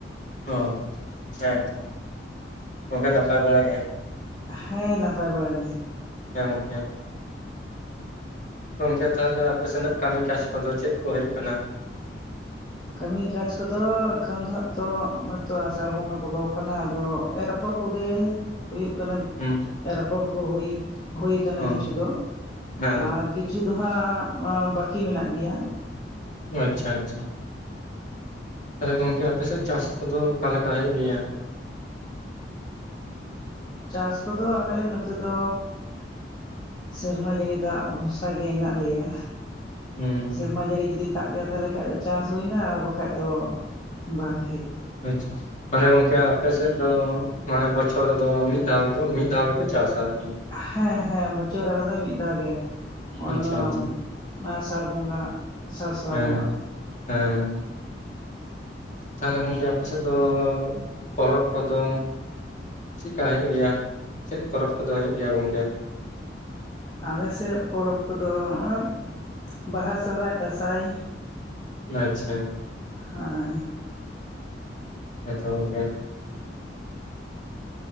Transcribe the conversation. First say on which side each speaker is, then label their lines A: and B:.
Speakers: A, on the left; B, on the left.
A: ᱚᱸ ᱦᱮᱸ ᱛᱚ ᱜᱚᱸᱠᱮ ᱱᱟᱯᱟᱭ ᱵᱟᱲᱟ ᱜᱮ
B: ᱦᱮᱸ ᱱᱟᱯᱟᱭ ᱵᱟᱲᱟ ᱜᱮ
A: ᱦᱮᱸ ᱜᱚᱝᱠᱮ ᱜᱚᱢᱠᱮ ᱛᱟᱦᱚᱞᱮ ᱟᱯᱮ ᱥᱮᱱᱟᱜ ᱠᱟᱹᱢᱤ ᱠᱟᱡᱽ ᱠᱚᱫᱚ ᱪᱮᱫ ᱠᱚ ᱦᱩᱭᱩᱜ ᱠᱟᱱᱟ
B: ᱠᱟᱹᱢᱤ ᱠᱟᱡᱽ ᱠᱚᱫᱚ ᱮᱠᱷᱚᱱ ᱫᱚ ᱦᱟᱜ ᱛᱚ ᱱᱚᱜᱚᱭ ᱛᱚ ᱟᱥᱟᱲ ᱵᱚᱸᱜᱟ ᱵᱚᱞᱚ ᱠᱟᱱᱟ ᱟᱫᱚ ᱮᱨ ᱚᱯᱷᱚᱲ ᱠᱚᱜᱮ ᱦᱩᱭᱩᱜ ᱠᱟᱱᱟ
A: ᱦᱩᱸ
B: ᱮᱨ ᱟᱯᱚᱨ ᱠᱚ ᱦᱩᱭ ᱦᱩᱭᱩ ᱠᱟᱱᱟ
A: ᱚ
B: ᱠᱤᱪᱷᱩ ᱫᱚ
A: ᱦᱮᱸ
B: ᱟᱫ ᱠᱤᱪᱷᱩ ᱫᱚ ᱦᱟᱸᱜ ᱦᱟᱸ ᱵᱟᱹᱠᱤ ᱢᱮᱱᱟᱜ ᱜᱮᱭᱟ
A: ᱳ ᱟᱪᱷᱟ ᱟᱪᱷᱟ ᱛᱟᱦᱚᱞᱮ ᱜᱚᱝᱠᱮ ᱟᱯᱮᱥᱮᱫ ᱪᱟᱥ ᱠᱚᱫᱚ ᱚᱠᱟ ᱞᱮᱠᱟ ᱦᱩᱭᱩᱜ ᱜᱮᱭᱟ
B: ᱪᱟᱥ ᱠᱚᱫᱚ ᱟᱞᱮ ᱱᱚᱛᱮ ᱫᱚ ᱥᱮᱨᱢᱟ ᱡᱟᱹᱲᱤ ᱫᱟᱜ ᱵᱷᱚᱨᱥᱟ ᱜᱮ ᱦᱮᱱᱟᱜ ᱞᱮᱭᱟ
A: ᱦᱩᱸ
B: ᱥᱮᱨᱢᱟ ᱡᱟᱹᱲᱤ ᱡᱩᱫᱤ ᱫᱟᱜ ᱠᱮᱜᱟ ᱛᱟᱦᱚᱞᱮ ᱠᱷᱟᱱ ᱫᱚ ᱪᱟᱥ ᱦᱩᱭᱱᱟ ᱟᱨ ᱵᱟᱠᱷᱟᱡ ᱫᱚ ᱵᱟᱝ ᱜᱮ।
A: ᱟᱪᱪᱷᱟ। ᱢᱟᱱᱮ ᱜᱚᱝᱠᱮ ᱟᱯᱮᱥᱮᱫ ᱫᱚ ᱢᱟᱱᱮ ᱵᱚᱪᱷᱚᱨ ᱨᱮᱫᱚ ᱢᱤᱫ ᱫᱷᱟᱣ ᱜᱮᱠᱚ ᱢᱤᱫ ᱫᱷᱟᱣ ᱜᱮᱯᱮ ᱪᱟᱥᱟ ᱟᱨᱠᱤ?
B: ᱦᱮᱸ ᱦᱮᱸ ᱢᱩᱪᱟᱹᱜ ᱨᱮ ᱟᱞᱮ ᱫᱚ ᱢᱤᱫ ᱫᱷᱟᱣ ᱜᱮ। ᱱᱚᱜᱼᱚᱭ
A: ᱟᱪᱪᱷᱟ
B: ᱱᱚᱣᱟ
A: ᱟᱪᱪᱷᱟ
B: ᱟᱥᱟᱲ ᱵᱚᱸᱜᱟ ᱟᱥᱟᱲ ᱥᱨᱟᱵᱚᱱ
A: ᱦᱮᱸ
B: ᱟᱨᱠᱤ।
A: ᱦᱮᱸ ᱛᱟᱦᱚᱞᱮ ᱜᱚᱝᱠᱮ ᱟᱯᱮ ᱥᱮᱫ ᱫᱚ ᱯᱚᱨᱚᱵᱽ ᱠᱚᱫᱚ ᱪᱮᱠ ᱠᱟ ᱦᱩᱭᱩᱜ ᱜᱮᱭᱟ ᱪᱮᱫ ᱯᱚᱨᱚᱵᱽ ᱠᱚ ᱫᱚᱦᱚ ᱦᱩᱭᱩᱜ ᱜᱮᱭᱟ ᱜᱚᱝᱠᱮ।
B: ᱟᱞᱮᱥᱮᱫ ᱯᱚᱨᱚᱵᱽ ᱠᱚᱫᱚ ᱦᱚᱜᱚᱭ ᱵᱟᱦᱟ, ᱥᱚᱦᱚᱨᱟᱭ, ᱫᱟᱸᱥᱟᱭ।
A: ᱟᱪᱪᱷᱟ।
B: ᱦᱟᱭ।
A: ᱦᱮᱸ ᱛᱚ ᱜᱚᱝᱠᱮ